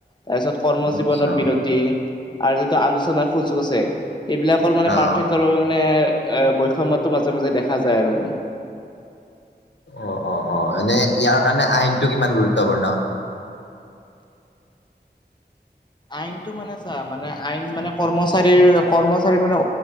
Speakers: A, on the left (about 25°); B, on the left (about 85°).
A: তাৰপিছত কৰ্ম
B: আচ্ছা।
A: জীৱনৰ বিৰতি আৰু যিটো আলোচনাৰ সুযোগ আছে। এইবিলাকৰ মানে
B: অ',
A: পাৰ্থক্য মানে এ বৈষম্যটো মাজে মাজে দেখা যায় আৰু মানে
B: অ অ অ এনে ইয়াৰ কাৰণে আইনতটো কিমান গুৰুত্বপূৰ্ণ
A: আইনতটো মানে চা মানে আইন মানে কৰ্মচাৰীৰ কৰ্মচাৰীৰ মানে